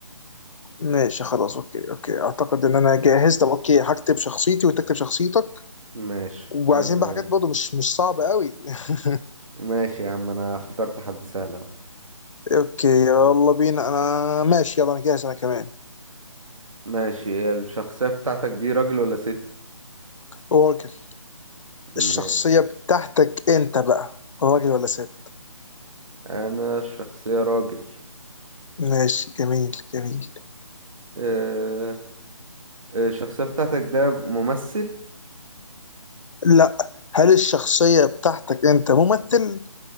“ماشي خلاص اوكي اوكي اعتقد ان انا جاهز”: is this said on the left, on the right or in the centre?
Left